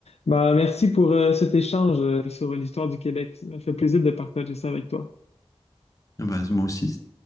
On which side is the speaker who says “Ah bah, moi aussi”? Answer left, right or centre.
Left